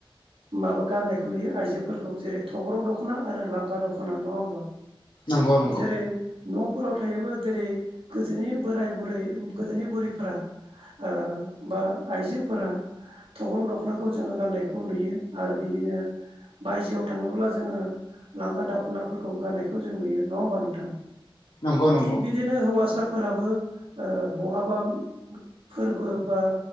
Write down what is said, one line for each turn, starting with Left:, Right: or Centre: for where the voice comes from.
Right: माबा गाननायखौ नुयो आइजोफोरखौ जेरै अग्रं दख'ना आरो लांगा दख'ना नंङा होमबा?
Left: नंगौ नंगौ
Right: जेरै न' फोराव थायोबा जेरै गोजोनि बोराय बुरै गोदोनि बुरैफोरा ओ बा आइजोफोरा थख्रं दख'नाखौ जोंङो गाननायखौ नुयो आरो बिनिनो बायजोआव थांङोब्ला जोंङो लांगा दावखनाफोरखौ गारनायखौ जों नुयो नंङा होमबा नोंथां?
Left: नंगौ नंगौ
Right: थिग बिदिनो हौवासा फोराबो ओ बहाबा फोरबो बा